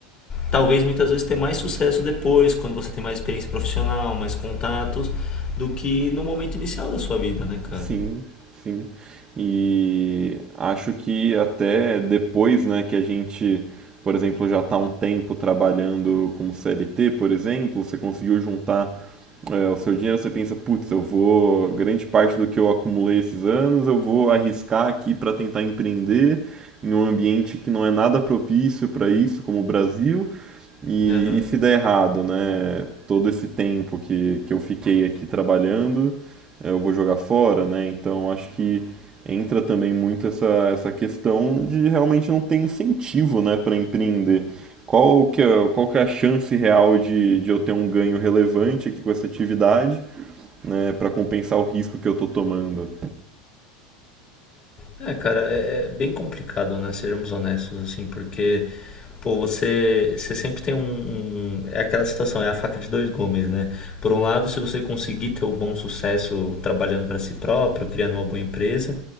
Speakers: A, on the left; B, on the right.
A: talvez muitas vezes ter mais sucesso depois, quando você tem mais experiência profissional, mais contatos, do que no momento inicial da sua vida, né, cara?
B: Sim, sim. E acho que até depois, né, que a gente, por exemplo, já está um tempo trabalhando como CLT, por exemplo, você conseguiu juntar, é, o seu dinheiro, você pensa, putz, eu vou, grande parte do que eu acumulei esses anos, eu vou arriscar aqui para tentar empreender em um ambiente que não é nada propício para isso, como o Brasil, e,
A: Uhum.
B: e se der errado, né? Todo esse tempo que, que eu fiquei aqui trabalhando, eh, eu vou jogar fora, né? Então acho que entra também muito essa, essa questão de realmente não ter incentivo, né, para empreender. Qual que é, qual que é a chance real de, de eu ter um ganho relevante aqui com essa atividade, né, para compensar o risco que eu tô tomando?
A: É. é, cara, é, é bem complicado, né? Sejamos honestos, assim, porque, pô, você, você sempre tem um, um- É aquela situação, é a faca de dois gumes, né? Por um lado, se você conseguir ter o bom sucesso trabalhando para si próprio, criando uma boa empresa,